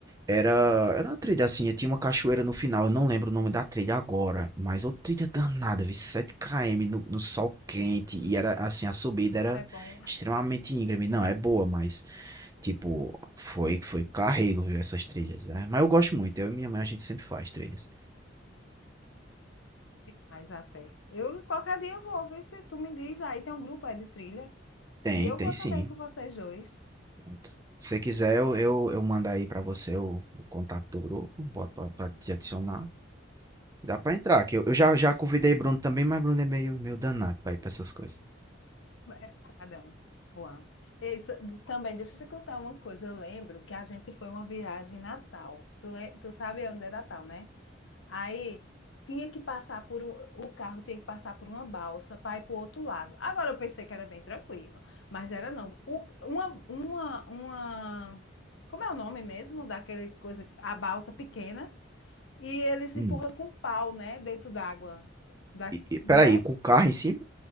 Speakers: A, on the right; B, on the left.
A: Era, era uma trilha assim, tinha uma cachoeira no final, eu não lembro o nome da trilha agora, mas outra trilha danada, vi 7 km no, no sol quente, e era assim, a subida
B: E Como
A: era
B: é bom,
A: extremamente íngreme. Não, é boa, mas tipo, foi foi carrego, viu, essas trilhas, né? Mas eu gosto muito, eu e minha mãe a gente sempre faz trilhas.
B: mas até. Eu qualquer dia eu vou ver se tu me diz. Aí tem um grupo aí de trilha.
A: Tem,
B: E eu
A: tem
B: vou
A: sim.
B: também com vocês dois.
A: Pronto. Se você quiser, eu, eu, eu mando aí pra você o, o contato do grupo, boto pra, pra te adicionar. Dá pra entrar, que eu, eu já, já convidei Bruno também, mas Bruno é meio, meio danado pra ir pra essas coisas.
B: É paradão, Juan. Isso, também, deixa eu te contar uma coisa. Eu lembro que a gente foi uma viagem em Natal. Tu, le- tu sabe onde é Natal, né? Aí tinha que passar por um- o carro tinha que passar por uma balsa para ir para o outro lado. Agora eu pensei que era bem tranquilo, mas era não. O- uma, uma, uma, como é o nome mesmo daquele coisa, a balsa pequena, e eles
A: Hum.
B: empurram com um pau, né, dentro d'água. Da,
A: E, e, peraí,
B: não é?
A: com o carro em cima?